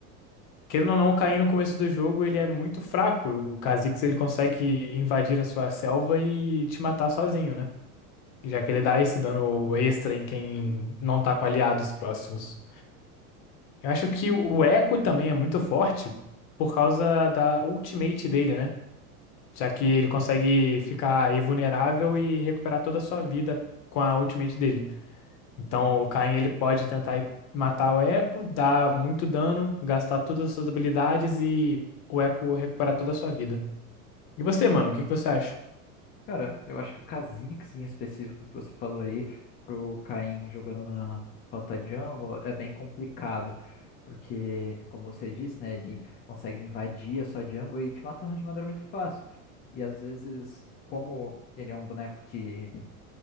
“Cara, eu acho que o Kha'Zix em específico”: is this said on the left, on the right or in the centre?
Left